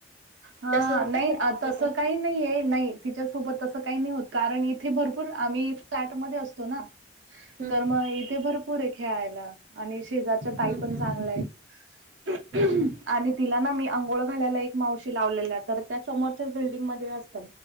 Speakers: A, on the right (about 85°); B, on the right (about 45°).
A: हा
B: तसं होतं
A: नाही
B: का तुमचं
A: तसं
B: पण
A: काही नाही नाही तिच्यासोबत तसं काही नाही होत कारण इथे भरपूर आम्ही फ्लॅट मध्ये असतो ना
B: हम्म
A: तर मग इथे भर पूरय खेळायला आणि शेजारच्या ताई
B: हम्म
A: पण
B: हम्म
A: चांगल्यात <inaudible>
B: हम्म
A: आणि तिला ना मी आंघोळ घालायला एक माव शी लावलेल्यात तर त्या समोरच्याच बिल्डंगमध्ये असतात.